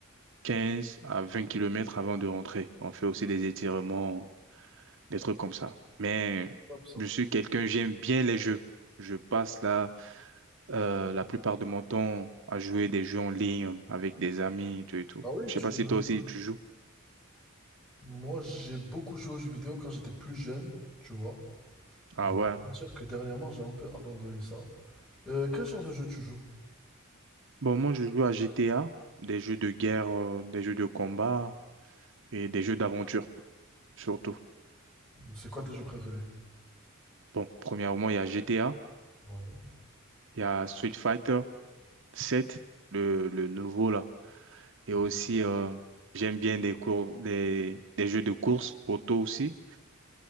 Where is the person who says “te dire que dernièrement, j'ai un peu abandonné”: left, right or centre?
Centre